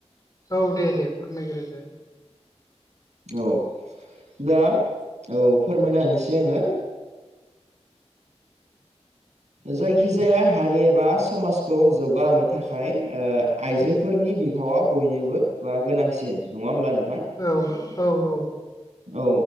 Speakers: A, on the left; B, on the right.
A: औ दे दे फोरमायग्रोदो।
B: औ दा औ फोरमायना होनसै आङो जायखिजाया हारि एबा समाजखौ जौगाहोनो थाखाय ओ आइजोफोरनि बिफावा बयनोबो बा गोनांसिन नङा होमब्ला नोंथां?
A: औ औ औ।
B: औ।